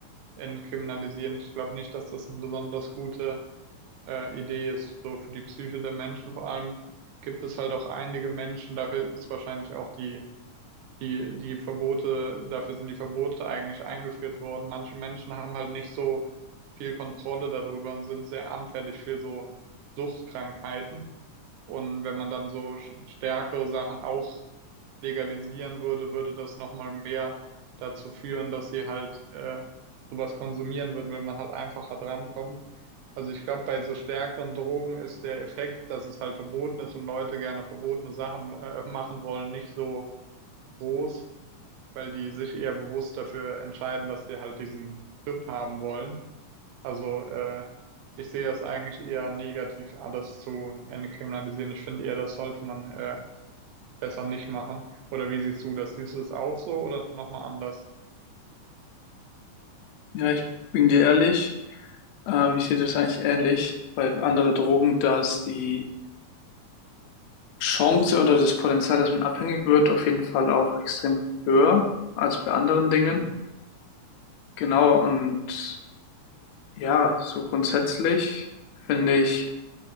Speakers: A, on the right; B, on the left.
A: entkriminalisieren. Ich glaube nicht, dass das eine besonders gute äh, Idee ist, so für die Psyche der Menschen. Vor allem gibt es halt auch einige Menschen, dafür ist wahrscheinlich auch die die, die Verbote, dafür sind die Verbote eigentlich eingeführt worden. Manche Menschen haben halt nicht so viel Kontrolle darüber und sind sehr anfällig für so Suchtkrankheiten. Und wenn man dann so sch- stärkere Sachen auch legalisieren würde, würde das nochmal mehr dazu führen, dass sie halt äh, sowas konsumieren würden, wenn man halt einfacher drankommt. Also ich glaube, bei so stärkeren Drogen ist der Effekt, dass es halt verboten ist und Leute gerne verbotene Sachen äh, machen wollen, nicht so groß weil die sich eher bewusst dafür entscheiden, dass sie halt diesen Trip haben wollen. Also äh, ich sehe das eigentlich eher negativ, alles zu entkriminalisieren. Ich finde eher, das sollte man äh, besser nicht machen. Oder wie siehst du das? Siehst du es auch so oder nochmal anders?
B: Ja, ich bin dir ehrlich, ähm, ich sehe das eigentlich ähnlich, weil andere Drogen, dass die Chance oder das Potenzial, dass man abhängig wird, auf jeden Fall auch extrem höher als bei anderen Dingen.
A: Mhm.
B: Genau, und ja, so grundsätzlich finde ich,